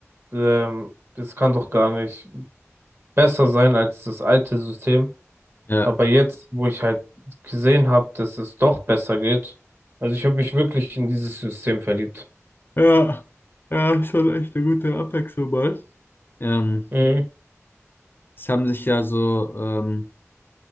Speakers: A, on the right; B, on the left.
A: ähm, das kann doch gar nicht besser sein als das alte System.
B: ja.
A: Aber jetzt, wo ich halt gesehen habe, dass es doch besser geht, also ich habe mich wirklich in dieses System verliebt.
B: Ja, ja, schon echt eine gute Abwechslung mal. Ähm,
A: Mhm.
B: es haben sich ja so, ähm,